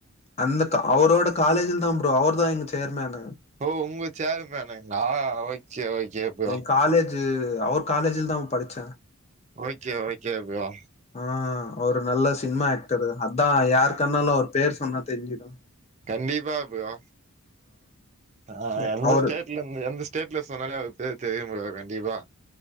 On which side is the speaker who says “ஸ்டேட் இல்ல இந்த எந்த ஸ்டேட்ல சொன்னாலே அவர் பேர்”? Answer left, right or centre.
Right